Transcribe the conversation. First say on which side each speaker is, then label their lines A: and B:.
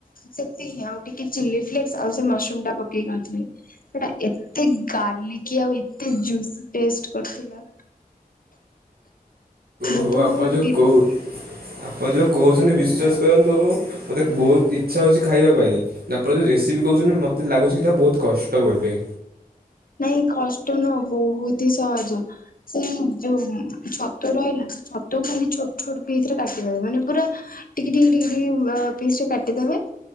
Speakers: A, on the left; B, on the right.
A: ସେତିକି ଆଉ ଟିକେ ଚିଲି ଫ୍ଲେଶ୍ ଆଉ ସେ ମାସରୁମ ଟା ପକେଇ କରିଥିଲି ସେଇଟା ଏତେ ଗାର୍ଲିକି ଆଉ ଏ ଏତେ ଜୁସ୍ ଟେଷ୍ଟ କରିଥିଲା ଯେହେତୁ
B: ହଉ ଆପଣ
A: ମୁଁ ମୋ
B: ଯେଉଁ
A: ଦି
B: କହୁ ଆପଣ ଯେଉଁ କହୁଛନ୍ତି ବିଶ୍ୱାସ କରନ୍ତୁଉ ମୋତେ ବହୁତ ଇଚ୍ଛା ହଉଛି ଖାଇବା ପାଇଁ ତାପରେ ଯେଉଁ ରେସିପି କହୁଛନ୍ତି ମୋତେ ଲାଗୁଛି କି ତା ବହୁତ କଷ୍ଟ ବୋଲି
A: ନାଇଁ କଷ୍ଟ ନୁହଁ ବହୁତ ହି ସହଜ ସେଇ ଯୋଉ ଛତୁ ରହିଲା ସେ ଛତୁ କୁ ଖାଲି ଛୋଟ ଛୋଟ ପିସ ରେ କାଟିଦେବେ ମାନେ ପୁରା ଟିକେ ଟିକେ ଟିକେ ଟିକେ ପିସ୍ ରେ କାଟିଦେବେ